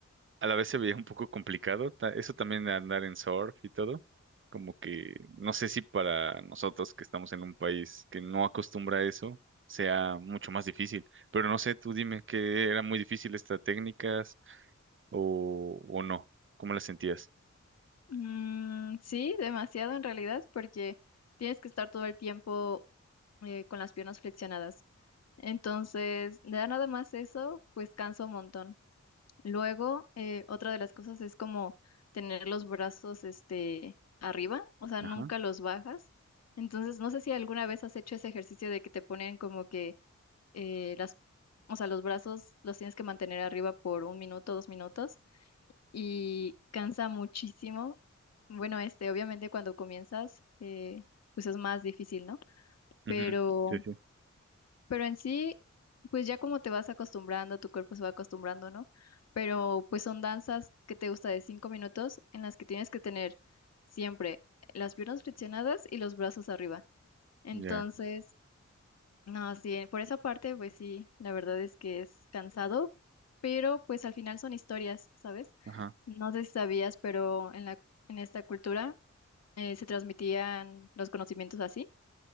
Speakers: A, on the right (about 45°); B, on the left (about 60°).
A: a la vez se veía un poco complicado, ta- eso también de andar en surf y todo, como que no sé si para nosotros que estamos en un país que no acostumbra a eso sea mucho más difícil, pero no sé, tú dime que era muy difícil estas técnicas o, o no, ¿cómo las sentías?
B: Mm, sí, demasiado en realidad, porque tienes que estar todo el tiempo eh, con las piernas flexionadas. Entonces, da nada más eso, pues cansa un montón. Luego, eh, otra de las cosas es como tener los brazos este arriba, o sea, nunca
A: Ajá.
B: los bajas. Entonces, no sé si alguna vez has hecho ese ejercicio de que te ponen como que eh, las, o sea, los brazos los tienes que mantener arriba por un minuto, dos minutos y cansa muchísimo. Bueno, este, obviamente cuando comienzas, eh, pues es más difícil, ¿no?
A: Ujú.
B: Pero,
A: Sí, sí.
B: pero en sí, pues ya como te vas acostumbrando, tu cuerpo se va acostumbrando, ¿no? Pero pues son danzas que te gusta de cinco minutos en las que tienes que tener siempre las piernas flexionadas y los brazos arriba. Entonces,
A: Ya.
B: no, sí, eh, por esa parte, pues sí, la verdad es que es cansado, pero pues al final son historias, ¿sabes?
A: Ajá.
B: No sé si sabías, pero en la, en esta cultura eh, se transmitían los conocimientos así,